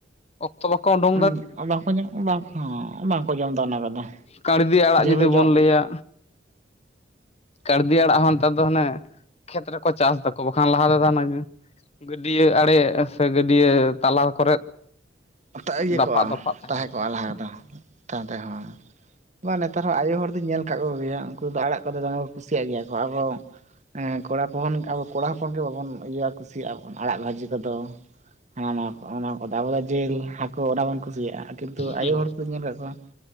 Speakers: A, on the left; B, on the right.
A: ᱚᱠᱛᱚ ᱵᱟᱠᱚ ᱩᱸᱰᱩᱝ
B: ᱦᱩᱸ ᱚᱱᱟ ᱠᱚᱫᱚ ᱵᱟᱝ, ᱦᱮᱸ ᱵᱟᱝᱠᱚ ᱡᱚᱢᱫᱟ ᱚᱱᱟ ᱠᱚᱫᱚ᱾
A: ᱠᱟᱬᱵᱤ ᱟᱲᱟᱜ
B: ᱡᱮ
A: ᱡᱩᱫᱤ
B: ᱦᱤᱞᱳᱜ ᱡᱚᱜ
A: ᱵᱚᱱ ᱞᱟᱹᱭᱟ, ᱠᱟᱬᱵᱤ ᱟᱲᱟᱜ ᱦᱚᱸ ᱱᱮᱛᱟᱨ ᱫᱚ ᱦᱟᱱᱮ ᱠᱷᱮᱛ ᱨᱮᱠᱚ ᱪᱟᱥᱫᱟᱠᱚ ᱵᱟᱠᱷᱟᱱ ᱞᱟᱦᱟ ᱛᱮᱫᱚ ᱚᱱᱟᱜᱮ᱾ ᱜᱟᱹᱰᱭᱟᱹ ᱟᱲᱮ ᱥᱮ ᱜᱟᱹᱰᱭᱟᱹ ᱛᱟᱞᱟ ᱠᱚᱨᱮᱫ᱾
B: ᱚᱛᱟ ᱤᱭᱟᱹ
A: ᱫᱟᱯᱟᱜ
B: ᱠᱚᱜ-ᱟ
A: ᱫᱟᱯᱟᱜ ᱛᱟᱦᱮᱱ
B: ᱛᱟᱦᱮᱸ ᱠᱚᱜ-ᱟ
A: ᱛᱟᱦᱮᱸᱫ
B: ᱞᱟᱦᱟ ᱫᱚ ᱛᱟᱭᱚᱢ ᱛᱮᱦᱚᱸ᱾ ᱵᱟ ᱱᱮᱛᱟᱨ ᱦᱚᱸ ᱟᱭᱳ ᱦᱚᱲ ᱫᱚᱧ ᱧᱮᱞ ᱟᱠᱟᱫ ᱠᱚᱜᱮᱭᱟ ᱩᱝᱠᱩ ᱫᱚ ᱟᱲᱟᱜ ᱠᱚᱫᱚ ᱫᱚᱢᱮ ᱠᱚ ᱠᱩᱥᱤᱭᱟᱜ ᱜᱮᱭᱟ ᱠᱚ ᱟᱵᱚ᱾ ᱦᱮᱸ ᱠᱚᱲᱟ ᱦᱚᱯᱚᱱ ᱟᱵᱚ ᱠᱚᱲᱟ ᱦᱚᱯᱚᱱ ᱜᱮ ᱵᱟᱵᱚᱱ ᱤᱭᱟᱹ ᱠᱩᱥᱤᱭᱟᱜ-ᱟ ᱵᱚᱱ ᱟᱲᱟᱜ ᱵᱷᱟᱹᱡᱤ ᱠᱚᱫᱚ᱾ ᱦᱮᱸ ᱚᱱᱟ ᱠᱚ, ᱚᱱᱟ ᱠᱚ ᱫᱚ ᱟᱵᱚ ᱡᱤᱞ ᱦᱟᱹᱠᱩ ᱚᱱᱟ ᱵᱚᱱ ᱠᱩᱥᱤᱭᱟᱜ-ᱟ ᱠᱤᱱᱛᱩ
A: ᱦᱩᱸ
B: ᱟᱭᱳ ᱦᱚᱲ ᱠᱚᱧ ᱧᱮᱞ ᱠᱟᱫ ᱠᱚᱣᱟ